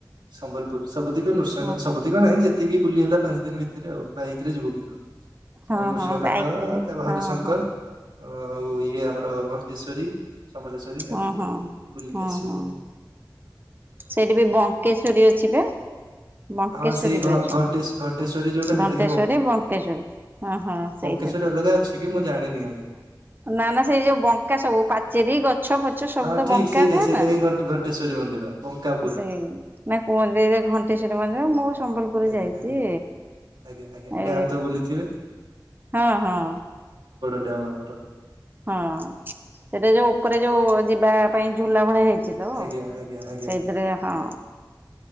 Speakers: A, on the right (about 75°); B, on the right (about 25°).
A: ସମ୍ବଲପୁର ସବୁ ଦିଗ ନୃଶ
B: ହଁ
A: ନା, ସବୁ ଦିଗ ନାହିଁ, ଯେତିକି ବୁଲି ହେଲା ପାଞ୍ଚ ଦିନ ଭିତ ଏଥିରେ ଆଉ, ବାଇକ ରେ ଯିବୁ କିନ୍ତୁ,
B: ହଁ
A: ନୃସିଂହନାଥ
B: ହଁ ବାଇକ୍ ରେ ଯାଇକି
A: ତା ପରେ ହରିଶଙ୍କର।
B: ହଁ ହଁ
A: ଅ, ଆଉ ଇଏ ଆମର ଘଣ୍ଟେଶ୍ୱରୀ । ସମଲେଶ୍ୱରୀ
B: ହଁ
A: ଏମିତି
B: ହଁ।
A: ଆଉ, ବୁଲିକି
B: ହଁ
A: ଆସିବୁ
B: ହଁ
A: ଆଉ।
B: ସେଇଠି ବି ବଙ୍କେଶ୍ଵରୀ ଅଛି ବା? ବଙ୍କେଶ୍ଵରୀ
A: ହଁ ସେଇ ଘ
B: ବି ଅଛନ୍ତି
A: ଘଣ୍ଟେଶ ଘଣ୍ଟେଶ୍ୱରୀ ଯୋଉଟା ସେଇଟା
B: ।ଘଣ୍ଟେଶ୍ଵରୀ,
A: ହିଁ
B: ବଙ୍କେଶ୍ଵରୀ ହଁ, ହଁ ସେଇ।
A: କେଶରୀ ଅଲଗା ଅଛି କି, ମୁଁ ଜଣିନି ଆଜ୍ଞା।
B: ନା ନା ସେଇ ଯୋଉ ବଙ୍କା ସବୁ ପାଚେରୀ ଗଛ ଛ, ପଛ ସବୁ
A: ହଁ
B: ତ
A: ଠିକ
B: ବଙ୍କା
A: ସେଇଟା
B: ଥାଏ
A: ସେଇଟା
B: ନା।
A: ହିଁ ଘଣ୍ଟ ଘଣ୍ଟେଶ୍ଵରୀ ମନ୍ଦିର ବଙ୍କା ପୁରା
B: ସେଇ ନା କୁହନ୍ତି ଘଣ୍ଟେଶ୍ଵରୀ ମନ୍ଦିର। ମୁଁ ସମ୍ବଲପୁର
A: ଆଜ୍ଞା
B: ଯାଇଛି।
A: ଆଜ୍ଞା। ଆଜ୍ଞା ଆଜ୍ଞା,
B: ଏ
A: ଡ୍ୟାମ୍ ତ ବୁଲିଥିବେ?
B: ହଁ ହଁ।
A: ଟ <inaudible>
B: ହଁ, ସେଟା ଯୋଉ ଉପରେ, ଯୋଉ ଯିବା ପାଇଁ ଝୁଲା ଭଳିଆ ହେଇ ଥିବ,
A: ଆଜ୍ଞା ଆଜ୍ଞା ଆଜ୍ଞା।
B: ସେଇପରି ହଁ।